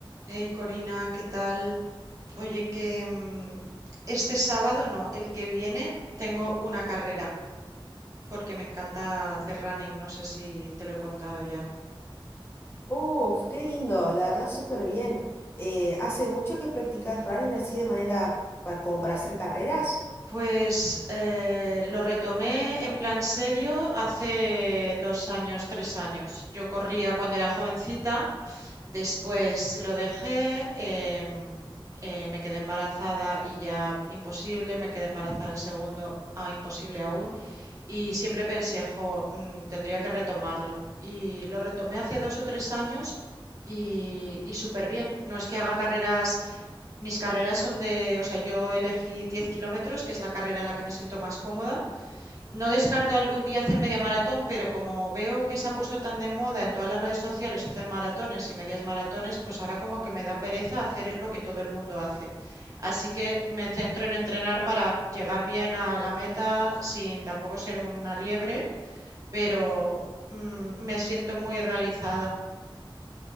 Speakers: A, on the right; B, on the left.
A: Hey Corina, ¿qué tal? Oye, que mm, este sábado no, el que viene tengo una carrera porque me encanta hacer running, no sé si te lo he contado ya.
B: Uf, qué lindo, la verdad súper bien. Eh, ¿hace mucho que practicas running así de manera pa- como para hacer carreras?
A: Pues eh, lo retomé en plan serio hace dos años, tres años. Yo corría cuando era jovencita Después lo dejé, em, eh, me quedé embarazada y ya imposible, me quedé embarazada el segundo, ah, imposible aún, y siempre pensé, jo, mm, tendría que retomarlo. Y lo retomé hace dos o tres años y, y súper bien. No es que haga carreras, mis carreras son de, o sea, yo elegí 10 kilómetros, que es la carrera en la que me siento más cómoda, no descarto algún día hacer media maratón, pero como veo que se ha puesto tan de moda en todas las redes sociales hacer maratones y medias maratones, pues ahora como que me da pereza hacer lo que todo el mundo hace. Así que me centro en entrenar para llegar bien a la meta sin tampoco ser una liebre, pero mm, me siento muy realizada.